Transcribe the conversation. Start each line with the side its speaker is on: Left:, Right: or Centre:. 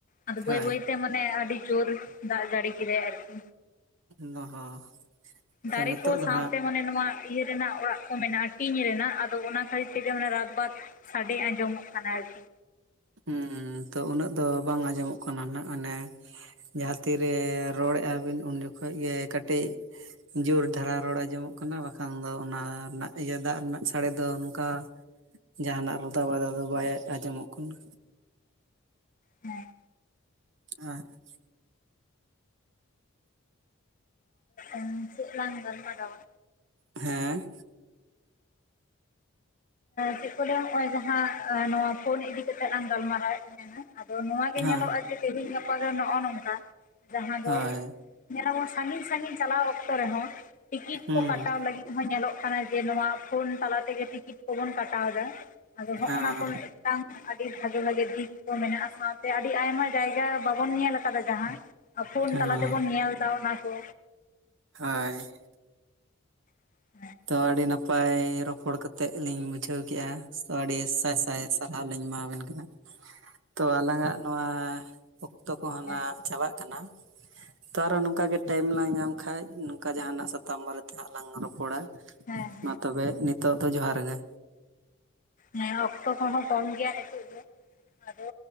Left: ᱟᱫᱚ ᱵᱟᱹᱭ
Right: ᱦᱳᱭ
Left: ᱵᱟᱹᱭ ᱛᱮ ᱢᱟᱱᱮ ᱟᱹᱰᱤ ᱡᱳᱨ ᱫᱟᱜ ᱡᱟᱹᱲᱤ ᱠᱮᱫᱟᱭ ᱟᱨᱠᱤ᱾
Right: ᱱᱚ ᱦᱚᱸ᱾
Left: ᱫᱟᱨᱮ
Right: ᱛᱚ ᱱᱤᱛᱚᱜ
Left: ᱠᱚ
Right: ᱫᱚ
Left: ᱥᱟᱶᱛᱮ
Right: ᱦᱟᱸᱜ
Left: ᱢᱟᱱᱮ ᱱᱚᱣᱟ ᱤᱭᱟᱹ ᱨᱮᱱᱟᱜ ᱚᱲᱟᱜ ᱠᱚ ᱢᱮᱱᱟᱜᱼᱟ ᱴᱤᱧ ᱨᱮᱱᱟᱜ ᱟᱫᱚ ᱚᱱᱟ ᱠᱷᱟᱹᱛᱤᱨ ᱛᱮᱜᱮ ᱨᱟᱛ ᱵᱟᱛ ᱥᱟᱰᱮ ᱟᱸᱡᱚᱢᱚᱜ ᱠᱟᱱᱟ ᱟᱨᱠᱤ᱾
Right: ᱦᱩ ᱛᱚ ᱩᱱᱟᱹᱜ ᱫᱚ ᱵᱟᱝ ᱟᱸᱡᱚᱢᱚᱜ ᱠᱟᱱᱟ ᱱᱟᱜ ᱢᱟᱱᱮ ᱡᱟᱦᱟᱸ ᱛᱤᱨᱮ ᱨᱚᱲᱮᱜᱼᱟ ᱵᱤᱱ ᱩᱱ ᱡᱚᱠᱷᱚᱱ ᱜᱮ ᱠᱟᱹᱴᱤᱡ ᱡᱳᱨ ᱫᱷᱟᱨᱟ ᱨᱚᱲ ᱟᱸᱡᱚᱢᱚᱜ ᱠᱟᱱᱟ ᱵᱟᱠᱷᱟᱱ ᱫᱚ ᱚᱱᱟ ᱨᱮᱱᱟᱜ ᱤᱭᱟᱹ ᱫᱟᱜ ᱨᱮᱱᱟᱜ ᱥᱟᱹᱲᱤ ᱫᱚ ᱱᱚᱝᱠᱟ ᱡᱟᱦᱟᱱᱟᱜ ᱨᱟᱫᱟ ᱵᱟᱫᱟ ᱫᱚ ᱵᱟᱭ ᱟᱸᱱᱡᱚᱢᱚᱜ ᱠᱟᱱᱟ᱾
Left: ᱦᱮᱸ
Right: ᱦ <unintelligible>
Left: ᱟᱨ ᱪᱮᱫ ᱞᱟᱝ ᱜᱟᱞᱢᱟᱨᱟᱣᱟ?
Right: ᱦᱮᱸ
Left: ᱪᱮᱫ ᱞᱟᱹᱭᱟ ᱱᱚᱜ ᱚᱭ ᱡᱟᱦᱟᱸ ᱱᱚᱣᱟ ᱤᱫᱤᱠᱟ ᱠᱟᱛᱮᱜ ᱞᱟᱝ ᱜᱟᱞᱢᱟᱨᱟᱣᱮᱫ ᱛᱟᱦᱮᱸᱱᱟ᱾ ᱟᱫᱚ ᱱᱚᱣᱟᱜᱮ
Right: ᱦᱮᱸ
Left: ᱧᱮᱞᱚᱽ ᱜᱟᱯᱟ ᱫᱚ ᱱᱚᱜᱼᱚ ᱱᱚᱝᱠᱟ ᱡᱟᱦᱟᱸ ᱫᱚ
Right: ᱦᱳᱭ
Left: ᱧᱮᱞᱟᱵᱚᱱ ᱥᱟᱺᱜᱤᱧ ᱥᱟᱺᱜᱤᱧ ᱪᱟᱞᱟᱣ ᱚᱠᱛᱚ ᱨᱮᱦᱚᱸ ᱴᱤᱠᱤᱴ
Right: ᱦᱩᱸ
Left: ᱠᱚ ᱠᱟᱴᱟᱣ ᱞᱟᱹᱜᱤᱫ ᱦᱚᱸ ᱧᱮᱞᱚᱜ ᱠᱟᱱᱟ ᱡᱮ ᱱᱚᱣᱟ ᱯᱷᱳᱱ ᱛᱟᱞᱟ ᱛᱮᱜᱮ ᱴᱤᱠᱤᱴ ᱠᱚᱵᱚᱱ ᱠᱟᱴᱟᱣ ᱮᱫᱟ, ᱟᱫᱚ ᱦᱚᱜ
Right: ᱦᱮᱸ
Left: ᱱᱟ ᱠᱚ ᱢᱤᱫᱴᱟᱝ ᱟᱹᱰᱤ ᱵᱷᱟᱜᱮ ᱵᱷᱟᱜᱮ ᱫᱤᱯ ᱠᱚ ᱢᱮᱱᱟᱜᱼᱟ ᱥᱟᱶᱛᱮ ᱟᱹᱰᱤ ᱟᱭᱢᱟ ᱡᱟᱭᱜᱟ ᱵᱟᱵᱚᱱ ᱧᱮᱞ ᱠᱟᱫᱟ ᱡᱟᱦᱟᱸ᱾ ᱯᱷᱳᱩᱱ
Right: ᱦᱮᱸ
Left: ᱛᱟᱞᱟ ᱛᱮᱵᱩᱱ ᱧᱮᱞ ᱮᱫᱟ ᱚᱱᱟ ᱠᱚ᱾
Right: ᱦᱳᱭ᱾
Left: <unintelligible>
Right: ᱛᱚ ᱟᱹᱰᱤ ᱱᱟᱯᱟᱭ ᱨᱚᱯᱚᱲ ᱠᱟᱛᱮᱫ ᱞᱤᱧ ᱵᱩᱡᱷᱟᱹᱣ ᱠᱮᱜᱼᱟ ᱛᱚ ᱟᱹᱰᱤ ᱥᱟᱭ ᱥᱟᱭ ᱥᱟᱨᱦᱟᱣ ᱞᱤᱧ ᱮᱢᱟ ᱵᱮᱱ ᱠᱟᱱᱟ᱾ ᱛᱚ ᱟᱞᱟᱝᱟᱜ ᱱᱚᱣᱟ ᱚᱠᱛᱚ ᱠᱚᱦᱚᱸ
Left: ᱦᱮᱸ
Right: ᱱᱟᱜ ᱪᱟᱵᱟᱜ ᱠᱟᱱᱟ᱾ ᱛᱚ ᱟᱨᱚ ᱱᱚᱝᱠᱟ ᱜᱮ ᱴᱟᱭᱤᱢ ᱞᱟᱝ ᱧᱟᱢ ᱠᱷᱟᱡ ᱱᱚᱝᱠᱟ ᱡᱟᱦᱟᱱᱟᱜ ᱥᱟᱛᱟᱢ ᱵᱟᱨᱮᱛᱮ ᱦᱟᱸᱜ ᱞᱟᱝ ᱨᱚᱯᱚᱲᱟ᱾
Left: ᱦᱮᱸ ᱦᱮᱸ
Right: ᱢᱟ ᱛᱚᱵᱮ ᱱᱤᱛᱚᱜ ᱫᱚ ᱡᱚᱦᱟᱨ ᱜᱮ᱾
Left: ᱦᱮᱸ ᱚᱠᱛᱚ ᱠᱚᱦᱚᱸ ᱠᱚᱢ ᱜᱮᱭᱟ ᱱᱤᱛᱳ ᱫᱚ ᱟᱫᱚ